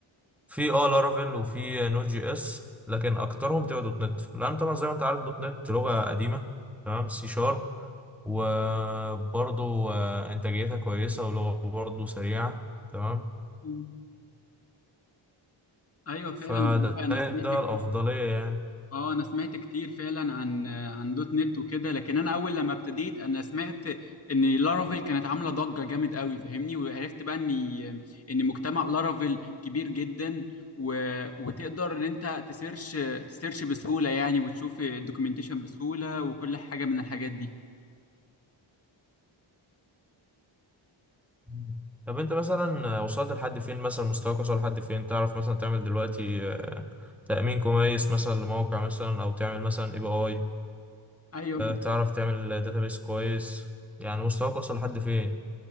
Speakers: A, in the centre; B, on the left.
A: في اه لارافيل وفي نوت جي اس لكن اكترهم تبقى دوت نت لان طبعا زي ما انت عارف دوت نت لغة قديمة تمام سي شارب وبرضو آه، انتاجيتها كويسة ولغة برضو سريعة تمام
B: مم. ايوه فعلا
A: فده
B: والله انا سمعت
A: ده
B: كتير
A: الافضلية يعني
B: اه انا سمعت كتير فعلا عن عن دوت نت وكده لكن انا اول لما ابتديت انا سمعت ان لارافيل كانت عامله ضجه جامد قوي فاهمني وعرفت بقى ان ان مجتمع لارافيل كبير جدا و... وتقدر ان انت تسيرش تسيرش بسهوله يعني وتشوف الدوكيومنتيشن بسهوله وكل حاجه من الحاجات دي
A: مم. طب انت مثلا وصلت لحد فين مثلا مستواك وصل لحد فين تعرف مثلا تعمل دلوقتي آه، تأمين كويس مثلا لموقع مثلا او تعمل مثلا اي بي اي
B: ايوه
A: تعرف تعمل داتابيس كويس يعني مستواك وصل لحد فين